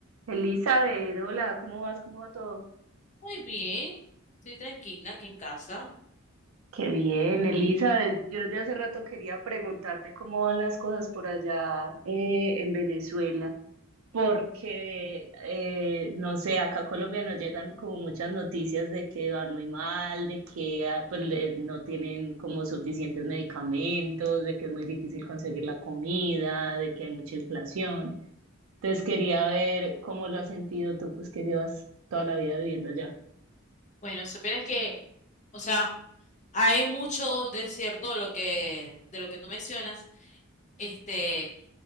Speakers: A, on the right; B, on the left.
A: Elizabeth, hola, ¿cómo vas? ¿Cómo va todo?
B: Muy bien, estoy tranquila aquí en casa.
A: Qué bien, Elizabeth. Yo desde hace rato quería preguntarte cómo van las cosas por allá eh, en Venezuela, porque, eh, no sé, acá a Colombia nos llegan como muchas noticias de que van muy mal, de que ah, pues, le- no tienen como suficientes medicamentos, de que es muy difícil conseguir la comida, de que hay mucha inflación. Entonces quería ver cómo lo has sentido tú, pues que llevas toda la vida viviendo allá.
B: Bueno, si supieras que, o sea, hay mucho de cierto de lo que, de lo que tú mencionas, este,